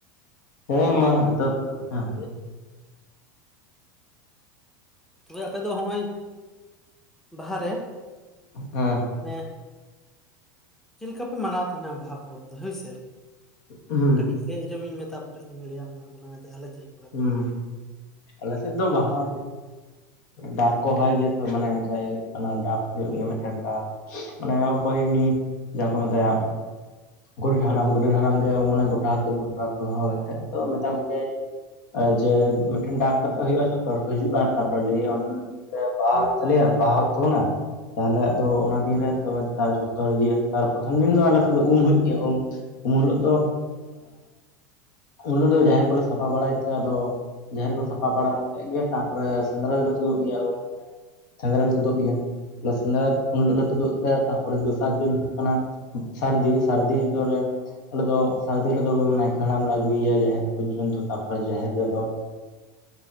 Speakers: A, on the left; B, in the centre.
A: ᱦᱮᱸ ᱢᱟ ᱮᱛᱚᱦᱚᱵ ᱦᱮᱸ
B: ᱛᱚᱵᱮ ᱟᱯᱮ ᱫᱚ ᱦᱚᱸᱜᱚᱭ ᱵᱟᱦᱟ ᱨᱮ
A: ᱦᱮᱸ
B: ᱢᱟᱱᱮ ᱪᱮᱫ ᱞᱮᱠᱟ ᱯᱮ ᱢᱟᱱᱟᱣ ᱛᱟᱦᱮᱱᱟ ᱵᱟᱦᱟ ᱯᱚᱨᱚᱵᱽ ᱫᱚ ᱦᱳᱭᱥᱮ
A: ᱦᱩᱸ
B: ᱠᱟᱹᱴᱤᱡ ᱞᱟᱹᱭ ᱟᱸᱡᱚᱢᱤᱧ ᱢᱮ ᱛᱟᱨᱯᱚᱨᱮ ᱤᱧ ᱞᱟᱹᱭᱟᱢ ᱠᱟᱱ ᱛᱟᱞᱟᱝ ᱡᱮ ᱟᱞᱮ ᱪᱮᱫ ᱞᱮᱠᱟ
A: ᱦᱩᱸ ᱟᱞᱮ ᱥᱮᱫ ᱫᱚ ᱵᱟᱦᱟ ᱚᱱᱮ ᱰᱟᱠ ᱠᱚ ᱦᱚᱦᱚᱭ ᱜᱮᱭᱟ ᱛᱚ ᱢᱟᱱᱮ ᱡᱟᱦᱟᱸᱭ ᱦᱩᱭᱩᱜ ᱠᱟᱱᱟ ᱰᱟᱠ ᱦᱩᱭᱩᱜ ᱜᱮᱭᱟ ᱢᱤᱫᱴᱟᱝ ᱰᱟᱠ ᱢᱟᱱᱮ ᱚᱠᱚᱭ ᱩᱱᱤ ᱡᱟᱦᱟᱸ ᱠᱚ ᱢᱮᱛᱟᱭᱟ ᱜᱚᱰᱮᱴ ᱦᱟᱲᱟᱢ ᱜᱚᱰᱮᱴ ᱦᱟᱲᱟᱢ ᱜᱮ ᱢᱚᱱᱮ ᱜᱚᱴᱟ ᱟᱹᱛᱩ ᱦᱚᱲ ᱦᱟᱛᱮᱫ ᱫᱚ ᱢᱮᱛᱟ ᱠᱚᱜᱮ ᱡᱮ ᱢᱤᱫᱴᱟᱝ ᱰᱟᱠ ᱠᱟᱛᱮᱜ ᱦᱩᱭᱩᱜᱭᱼᱟ ᱡᱚᱛᱚ ᱦᱚᱲ ᱠᱚ ᱦᱤᱡᱩᱜᱼᱟ ᱛᱟᱯᱚᱨᱮ ᱞᱟᱹᱭ ᱵᱟᱦᱟ ᱦᱩᱭᱩᱜ ᱛᱟᱞᱮᱭᱟ ᱵᱟᱦᱟ ᱦᱩᱭᱩᱜ ᱛᱟᱵᱚᱱᱟ ᱾ ᱛᱟᱦᱚᱞᱮ ᱟᱫᱚ ᱚᱱᱟ ᱫᱤᱱ ᱨᱮ ᱛᱚᱵᱮ ᱛᱟᱨ ᱡᱷᱚᱛ ᱦᱚᱲ ᱫᱤᱭᱮ ᱛᱟᱨ ᱯᱨᱚᱛᱷᱚᱢ ᱫᱤᱱ ᱫᱚ ᱟᱞᱮ ᱥᱮᱫ ᱫᱚ ᱩᱢ ᱦᱩᱭᱩᱜ ᱤᱭᱟᱹ ᱩᱢ ᱩᱢ ᱦᱤᱞᱚᱜ ᱫᱚ ᱩᱱ ᱦᱤᱞᱚᱜ ᱫᱚ ᱡᱟᱦᱮᱨ ᱠᱚᱞᱮ ᱥᱟᱯᱷᱟ ᱵᱟᱲᱟᱭ ᱛᱮ ᱟᱫᱚ ᱡᱟᱦᱮᱨ ᱠᱚ ᱥᱟᱯᱷᱟ ᱵᱟᱲᱟ ᱠᱟᱛᱮᱜ ᱜᱮ ᱛᱟᱯᱚᱨᱮ ᱥᱮᱸᱫᱽᱨᱟ ᱫᱚᱞᱮ ᱛᱩᱫᱩᱜ ᱜᱮᱭᱟ ᱾ ᱥᱮᱸᱫᱽᱨᱟ ᱞᱮ ᱛᱩᱫᱩᱜ ᱜᱮᱭᱟ ᱥᱮᱸᱫᱽᱨᱟ ᱩᱱ ᱦᱤᱞᱳᱜ ᱞᱮ ᱛᱩᱫᱩᱜ ᱛᱮ ᱛᱟᱨᱯᱚᱨᱮ ᱫᱚᱥᱟᱨ ᱫᱤᱱ ᱦᱩᱭᱩᱜ ᱠᱟᱱᱟ ᱥᱟᱹᱨᱫᱤ ᱥᱟᱹᱨᱫᱤ ᱫᱚᱞᱮ ᱟᱞᱮ ᱫᱚ ᱥᱟᱹᱨᱫᱤ ᱦᱤᱞᱳᱜ ᱫᱚ ᱱᱟᱭᱠᱮ ᱦᱟᱲᱟᱢ ᱞᱮ ᱟᱹᱜᱩᱭᱟ ᱡᱟᱦᱮᱨ ᱯᱚᱨᱡᱚᱱᱛᱚ ᱛᱟᱯᱚᱨᱮ ᱡᱟᱦᱮᱨ ᱨᱮᱫᱚ